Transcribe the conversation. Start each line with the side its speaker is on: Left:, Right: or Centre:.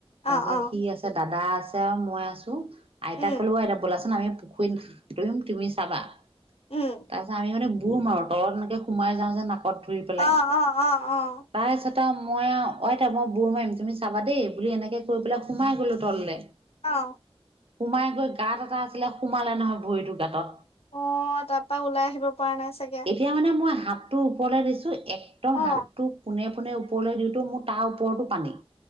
Right: তাৰপিছত
Left: অ অ
Right: সি আছে, দাদা আছে আৰু মই আছো, আইতাক
Left: উম
Right: কলো আইতা ব'লাচোন আমি পুখুৰীত সাতুৰিম তুমি চাবা
Left: উম
Right: তাৰপিছত আমি মানে বুৰ মাৰো তলত এনেকে সোমাই ত ধৰি পেলাই
Left: অ অ অ অ
Right: তাৰপিছত ত মই অ আইতা মই বুৰ মাৰিম তুমি চাবা দেই বুলি এনেকে কৰি পেলাই সোমাই গলো তললে।
Left: অ।
Right: সোমাই গৈ গাঁত এটা আছিলে, সোমালে নহয় ভৰিটোৰ গাঁতত
Left: অহ, তাৰ পৰা ওলাই আহিব পৰা নাই চাগে।
Right: এতিয়া মানে মই হাতটো ওপৰলৈ দিছো, একদম
Left: অ
Right: হাতটো পোনে পোনে ওপৰলৈ দিওঁতো মোৰ তাৰ ওপৰতো পানী।